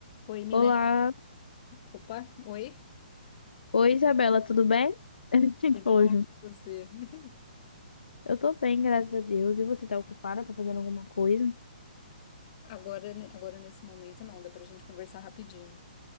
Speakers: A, on the left; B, on the left.
A: Oi, Milene.
B: Olá,
A: Opa, oi.
B: oi Isabela, tudo bem? <laughs> A gente
A: Tudo
B: falou
A: bom
B: junto.
A: com você? <laughs>
B: Eu tô bem, graças a Deus. E você tá ocupada? Tá fazendo alguma coisa?
A: Agora, ne- agora nesse momento não, dá pra gente conversar rapidinho.